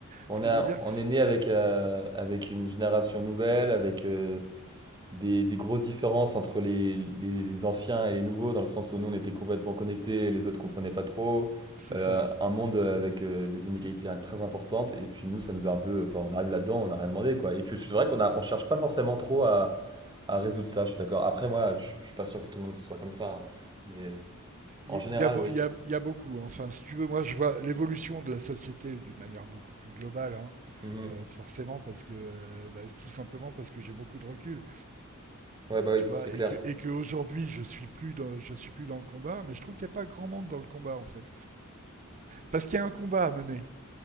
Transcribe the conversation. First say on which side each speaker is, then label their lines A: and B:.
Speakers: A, on the right; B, on the right.
A: On
B: ce que
A: a,
B: je veux dire.
A: on est né avec, euh, avec une génération nouvelle, avec euh, des, des grosses différences entre les, les, les anciens et les nouveaux, dans le sens où nous on était complètement connectés, les autres comprenaient pas trop.
B: C'est
A: Euh,
B: ça.
A: un monde avec euh, des inégalités très importantes, et puis nous ça nous a un peu. Enfin, on arrive là-dedans, on n'a rien demandé quoi. Et puis c'est vrai qu'on a, on cherche pas forcément trop à, à résoudre ça, je suis d'accord. Après, moi je, je suis pas sûr que tout le monde soit comme ça, hein. mais en
B: Il
A: général,
B: y a, beau-
A: oui.
B: il y a, il y a beaucoup. hein. Enfin, si tu veux, moi, je vois l'évolution de la société d'une manière beaucoup plus globale, hein.
A: Mhm.
B: Euh, forcément, parce que euh, bah, tout simplement parce que j'ai beaucoup de recul,
A: Ouais, bah oui,
B: tu vois,
A: c'est clair.
B: et que et que aujourd'hui, je suis plus dans, je suis plus dans le combat, mais je trouve qu'il n'y a pas grand monde dans le combat en fait, parce qu'il y a un combat à mener.